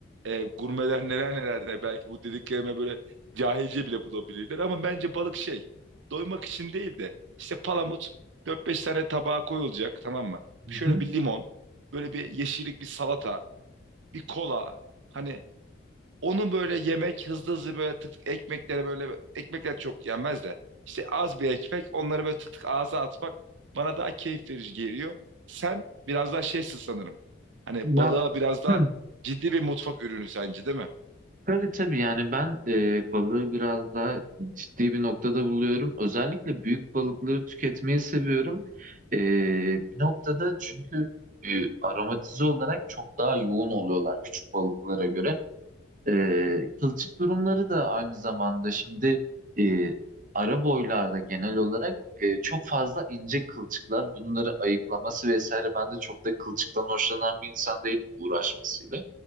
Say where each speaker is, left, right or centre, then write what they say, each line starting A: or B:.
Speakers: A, on the right; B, on the right.
A: e, gurmeler neler neler der. Belki bu dediklerime böyle cahilce bile bulabilirler. Ama bence balık şey doymak için değil de işte palamut dört beş tane tabağa koyulacak tamam mı?
B: Hı
A: Şöyle
B: hı.
A: bir limon, böyle bir yeşillik bir salata, bir kola. Hani onu böyle yemek hızlı hızlı böyle tık tık ekmeklere böyle ekmekler çok yenmez de işte az bir ekmek onları böyle tık tık ağza atmak bana daha keyif verici geliyor. Sen biraz daha şeysin sanırım. Hani
B: Ya
A: balığa biraz daha
B: hı.
A: ciddi bir mutfak ürünü sence değil mi?
B: tabii tabii yani ben e, balığı biraz daha ciddi bir noktada buluyorum. Özellikle büyük balıkları tüketmeyi seviyorum. E, bir noktada çünkü e, aromatize olarak çok daha yoğun oluyorlar küçük balıklara göre. Ee, kılçık durumları da aynı zamanda şimdi e, ara boylarda genel olarak e, çok fazla ince kılçıklar bunları ayıklaması vesaire ben de çok da kılçıktan hoşlanan bir insan değilim uğraşmasıyla.